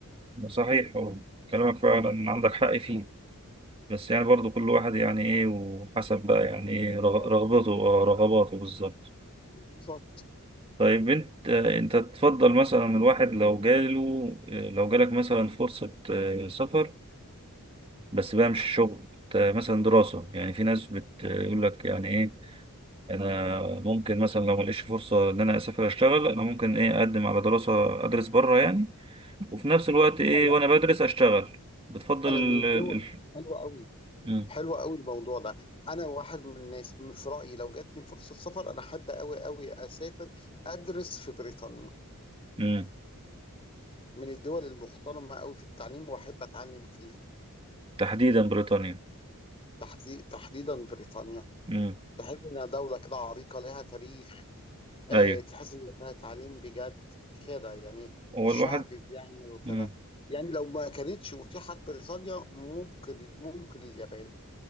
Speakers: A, on the right; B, on the left.
A: صحيح هو كلامك فعلا عندك حق فيه بس يعني برضو كل واحد يعني ايه وحسب بقى يعني ايه
B: وخبراته
A: رغ- رغبته
B: يعني
A: اه
B: اكيد
A: رغباته بالظبط
B: بالظبط
A: طيب انت آه، انت تفضل مثلا الواحد لو جاله آه، لو جالك مثلا فرصة آه، سفر بس بقى مش شغل ت- مثلا دراسة يعني في ناس بتقول لك يعني ايه انا ممكن مثلا لو ما لقيتش فرصة ان انا اسافر اشتغل انا ممكن ايه اقدم على دراسة ادرس بره يعني وفي نفس الوقت ايه
B: انا
A: وانا بدرس اشتغل بتفضل
B: انا
A: ال...
B: من الدول
A: ال... ال-
B: حلوة قوي
A: مم.
B: حلوة قوي الموضوع ده انا واحد من الناس من- في رأيي لو جاتني فرصة سفر انا احب قوي قوي اسافر ادرس في بريطانيا
A: مم.
B: من الدول المحترمة قوي في التعليم واحب اتعلم فيها
A: تحديدا بريطانيا
B: تحدي- تحديدا بريطانيا
A: مم.
B: تحس انها دولة كده عريقة لها تاريخ آه،
A: ايوه
B: تحس ان فيها تعليم بجد كده يعني
A: هو
B: الشعب
A: الواحد
B: بيعمل وكده
A: مم.
B: يعني لو ما كانتش اتيحت بريطانيا ممكن ممكن اليابان